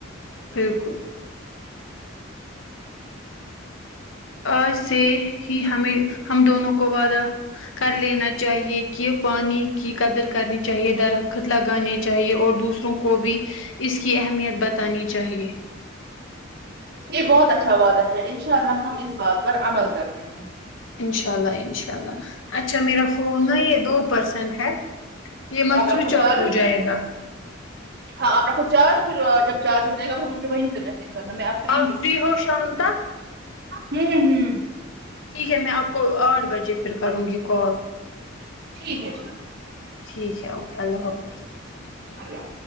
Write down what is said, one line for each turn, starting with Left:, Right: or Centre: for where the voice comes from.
Left: بالکل آج سے ہی ہمیں ہم دونوں کو وعدہ کر لینا چاہیے کہ پانی کی قدر کرنی چاہیے درخت لگانے چاہیے اور دوسروں کو بھی اس کی اہمیت بتانی چاہیے
Right: یہ بہت اچھا وعدہ ہے ان شاء اللہ ہم اس بات پر عمل کرتے ہیں
Left: ان شاء اللہ ان شاء اللہ اچھا میرا فون نا یہ دو پرسینٹ ہے یہ نا
Right: آپ رکھو
Left: سوئچ
Right: چارج
Left: آف ہو جائے گا
Right: ہاں آپ رکھو چار ج پھر جب چار ج ہو جائے پھر مجھے وہیں سے میسج کرنا میں
Left: آپ
Right: ہی
Left: فری
Right: ہوں
Left: ہو شام تک
Right: ہوں ہوں
Left: ٹھیک ہے میں آپ کو آٹھ بجے پھر کروں گی کال
Right: ٹھیک ہے ٹھیک ہے
Left: ٹھیک ہے اوکے اللہ حافظ
Right: اللہ